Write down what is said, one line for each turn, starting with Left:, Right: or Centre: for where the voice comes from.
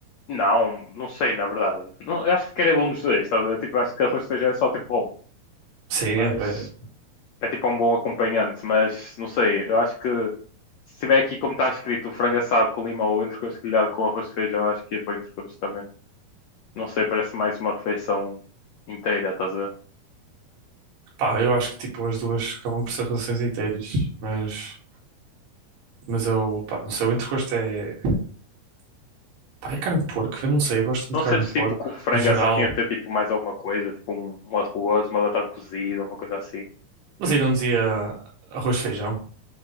Left: Não, não sei, na verdade. Não, eu acho que ficaria bom nos dois, estás a ver? Tipo, acho que arroz de feijão é só tipo bom.
Right: Sim,
Left: Mas
Right: é, é,
Left: É tipo um bom acompanhante, mas não sei, eu acho que se tiver aqui como está escrito frango assado com limão ou entrecosto grelhado com arroz de feijão, eu acho que ia para o entrecosto também. Não sei, parece mais uma refeição inteira, estás a ver?
Right: Pá, eu acho que tipo as duas acabam por ser relações inteiras, mas, mas eu, pá, não sei, o entrecosto é, pá, é carne de porco, eu não sei, eu gosto muito
Left: Não
Right: de
Left: sentes
Right: carne de porco,
Left: tipo que o frango
Right: no geral,
Left: assado tinha de ter tipo mais alguma coisa, tipo um, um arroz, uma batata cozida, uma coisa assim.
Right: mas aí não dizia arroz de feijão.